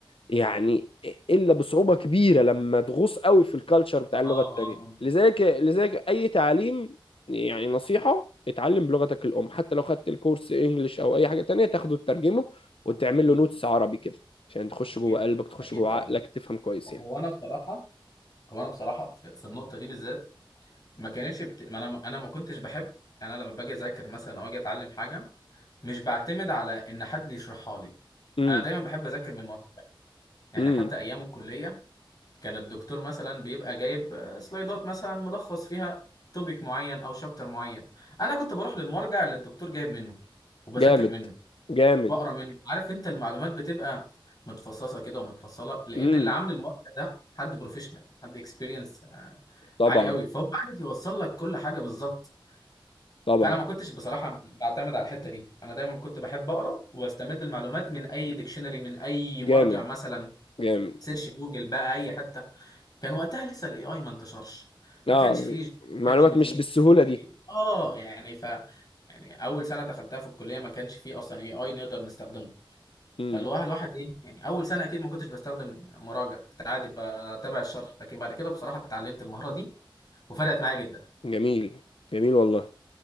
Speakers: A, on the left; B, on the left.
A: يعني إلا بصعوبة كبيرة لما تغوص قوي في الكالتشر بتاع اللغة
B: اه
A: التانية
B: اه
A: لذلك لذلك أي تعليم يعني نصيحة اتعلم بلغتك الأم حتى لو خدت الكورس إنجليش أو أي حاجة تانية تاخده تترجمه وتعمل
B: اه اكيد
A: له نوتس عربي كده عشان تخش
B: اكيد
A: جوه قلبك تخش
B: اكيد
A: جوه
B: طبعا
A: عقلك تفهم كويس
B: هو
A: يعني
B: انا بصراحة هو انا بصراحة في في النقطة دي بالذات ما كانتش بت... ما انا انا ما كنتش بحب انا لما باجي اذاكر مثلا او اجي اتعلم حاجه مش بعتمد على ان حد يشرحها لي
A: امم
B: انا دايما بحب اذاكر من مره يعني
A: امم
B: حتى ايام الكليه كان الدكتور مثلا بيبقى جايب آه، سلايدات مثلا ملخص فيها توبيك معين او شابتر معين انا كنت بروح للمرجع اللي الدكتور جايب منه وبذاكر
A: جامد
B: منه
A: جامد
B: بقرا منه عارف انت المعلومات بتبقى متفصصه كده ومتفصله لان
A: امم
B: اللي عامل المرجع ده حد بروفيشنال حد اكسبيرينس
A: طبعا
B: عالي قوي فهو عارف يوصل لك كل حاجه بالظبط
A: طبعا
B: فانا ما كنتش بصراحه بعتمد على الحته دي انا دايما كنت بحب اقرا واستمد المعلومات من اي ديكشنري من اي
A: جامد
B: مرجع مثلا
A: جامد
B: سيرش جوجل بقى اي حته كان وقتها لسه الاي اي ما انتشرش
A: اه
B: ما كانش فيه
A: معلومات
B: شات جي بي تي
A: مش بالسهولة
B: ما كانش فيه
A: دي
B: اه يعني ف يعني اول سنه دخلتها في الكليه ما كانش فيه اصلا اي اي نقدر نستخدمه
A: امم
B: فاللي هو الواحد ايه يعني اول سنه اكيد ما كنتش بستخدم مراجع كنت عادي بتابع الشرح لكن بعد كده بصراحه اتعلمت المهاره دي وفرقت معايا جدا
A: جميل جميل والله